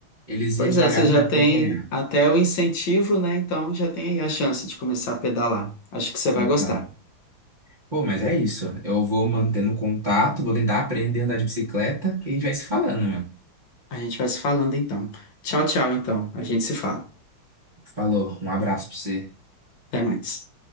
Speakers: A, on the right; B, on the left.
A: Eles
B: Pois
A: iam devagar
B: é, você
A: pra
B: já
A: me acompanhar.
B: tem até o incentivo, né? Então já tem aí a chance de começar a pedalar. Acho que você vai
A: Então.
B: gostar.
A: Pô, mas é isso. Eu vou mantendo contato, vou tentar aprender a andar de bicicleta e a gente vai se falando, mano.
B: A gente vai se falando então. Tchau, tchau, então. A gente se fala.
A: Falou, um abraço pra você.
B: Até mais.